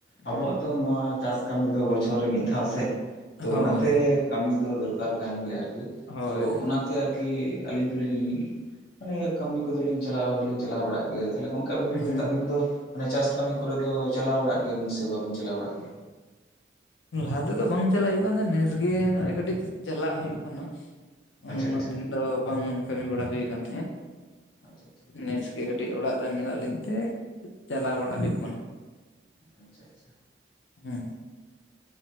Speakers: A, on the left; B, on the left.
A: ᱦᱩᱸ
B: ᱟᱵᱚᱣᱟᱜ ᱛᱚ ᱱᱚᱣᱟ ᱪᱟᱥ ᱠᱟᱹᱢᱤ ᱫᱚ ᱵᱚᱪᱷᱚᱨ ᱨᱮ ᱢᱤᱫ ᱫᱷᱟᱣ ᱥᱮ ᱛᱚ
A: ᱦᱳᱭ
B: ᱚᱱᱟᱛᱮ ᱠᱟᱹᱢᱤ ᱫᱚ ᱫᱚᱨᱠᱟᱨ ᱠᱟᱱ ᱜᱮᱭᱟ ᱟᱨᱠᱤ
A: ᱦᱳᱭ
B: ᱛᱚ ᱚᱱᱟᱛᱮ ᱟᱨᱠᱤ ᱟᱹᱞᱤᱧ ᱫᱚᱞᱤᱧ ᱢᱟᱱᱮ ᱠᱟᱹᱢᱤ ᱠᱚᱫᱚᱞᱤᱧ ᱪᱟᱞᱟᱣ ᱫᱚᱞᱤᱧ ᱪᱟᱞᱟᱣ ᱵᱟᱲᱟᱜ ᱜᱮᱭᱟ ᱛᱟᱦᱚᱞᱮ ᱛᱚ ᱟᱹᱵᱤᱱ
A: ᱦᱮᱸ
B: <unintelligible> ᱟᱵᱤᱱ ᱫᱚ ᱢᱟᱱᱮ ᱪᱟᱥ ᱠᱟᱹᱢᱤ ᱠᱚᱨᱮ ᱫᱚ ᱪᱟᱞᱟᱣ ᱵᱟᱲᱟᱜ ᱜᱮᱭᱟᱵᱤᱱ ᱥᱮ ᱵᱟᱵᱤᱱ ᱪᱟᱞᱟᱣ ᱵᱟᱲᱟᱜ ᱜᱮᱭᱟ᱾
A: ᱞᱟᱦᱟ ᱛᱮᱫᱚ ᱵᱟᱝ ᱪᱟᱞᱟᱜ ᱦᱩᱭᱩᱜ ᱠᱟᱱ ᱛᱟᱦᱮᱸ ᱱᱮᱥ ᱜᱮ ᱱᱚᱜᱚᱭ ᱠᱟᱹᱴᱤᱡ ᱪᱟᱞᱟᱜ ᱦᱩᱭᱩᱜ ᱠᱟᱱᱟ᱾ ᱩᱱᱟᱹᱜ
B: ᱟᱪᱪᱷᱟ ᱟᱪᱪᱷᱟ
A: ᱫᱤᱱ ᱫᱚ ᱵᱟᱝ ᱠᱟᱹᱢᱤ ᱵᱟᱲᱟ ᱦᱩᱭ ᱠᱟᱱ ᱛᱟᱦᱮᱸᱫ
B: ᱟᱪᱪᱷᱟ ᱟᱪᱪᱷᱟ
A: ᱱᱮᱥ ᱦᱟᱯᱮ ᱠᱟᱹᱴᱤᱡ ᱚᱲᱟᱜ ᱨᱮ ᱢᱮᱱᱟᱜ ᱞᱤᱧ ᱛᱮ ᱪᱟᱞᱟᱣ ᱵᱟᱲᱟᱜ ᱦᱩᱭᱩᱜ ᱠᱟᱱᱟ᱾
B: ᱟᱪᱪᱷᱟ, ᱟᱪᱪᱷᱟ᱾
A: ᱦᱩᱸ᱾